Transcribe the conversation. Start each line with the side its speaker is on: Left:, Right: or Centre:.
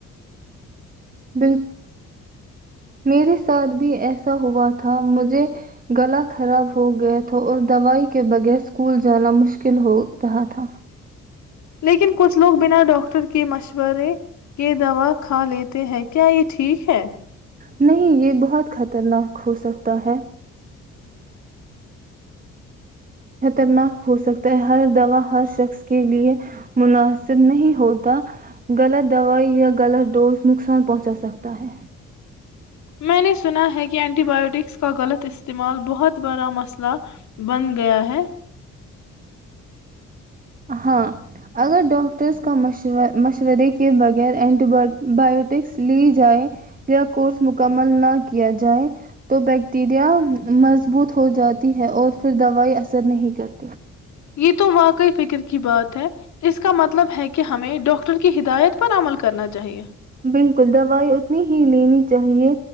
Right: بال میرے ساتھ بھی ایسا ہوا تھا مجھے گلا خراب ہو گیا تھا اور دوائی کے بغیر اسکول جانا مشکل ہو رہا تھا
Left: لیکن کچھ لوگ بنا ڈاکٹر کے مشورے کے دوا کھا لیتے ہیں کیا یہ ٹھیک ہے
Right: نہیں یہ بہت خطرناک ہو سکتا ہے خطرناک ہوسکتا ہے ہر دوا ہر شخص کے لئے مناسب نہیں ہوتا غلط دوائی یا غلط ڈوز نقصان پہنچا سکتا ہے
Left: میں نے سنا ہے کہ اینٹی بایوٹکس کا غلط استعمال بہت بڑا مسئلہ بند گیا ہے
Right: ہاں اگر ڈاکٹرس کاور مشورے کے بغیر اینٹی بایوٹکس لی جائے یا کورس مکمل نہ کیا جائے تو بیکٹیریا مضبوط ہو جاتی ہے اور پھر دوائی اثر نہیں کرتی
Left: یہ تو واقعی فکر کی بات ہے اس کا مطلب ہے کہ ہمیں ڈاکٹر کی ہدایت پر عمل کرنا چاہیے
Right: بالکل دوائی اتنی ہی لینی چاہیے